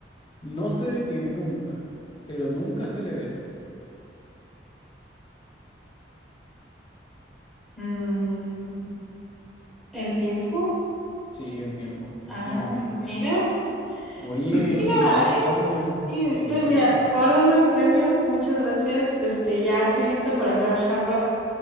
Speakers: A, on the left; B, in the centre.
A: No se detiene nunca, pero nunca se le ve.
B: Mm, ¿el tiempo?
A: Sí, el tiempo, efectivamente.
B: Ah, mira,
A: Oye,
B: mira,
A: qué bien, Claudia.
B: eh. Y
A: Sí.
B: estoy mira, por favor, denme un premio. Muchas gracias. Este, ya estoy lista para entrar a Harvard